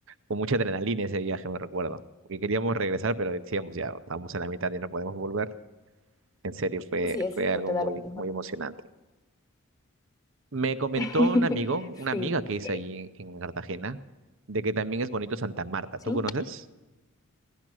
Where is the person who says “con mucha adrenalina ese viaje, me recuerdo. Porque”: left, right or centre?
Right